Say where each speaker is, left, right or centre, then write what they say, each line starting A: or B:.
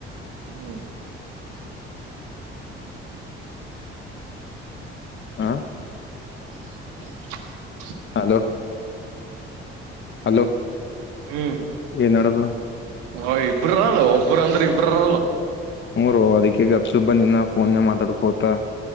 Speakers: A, on the right; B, on the left.
A: ಹ್ಮ್
B: ಹಾ
A: <inaudible>
B: ಹಲೋ ಹಲೋ
A: ಹ್ಮ್
B: ಏನ್ಡದು
A: ಹ ಇಬ್ರರು ರಲ್ ಒಬ್ಬರು ಅಂದ್ರ ಇಬ್ರ ರ
B: ಹ ರೋ ಅದಕ್ಕೆ ಗಪ್ಸುಬ್ಬ ನಿನ್ನ ಫೋನ್ ಮಾತಾಡ್ ಕೋತಾ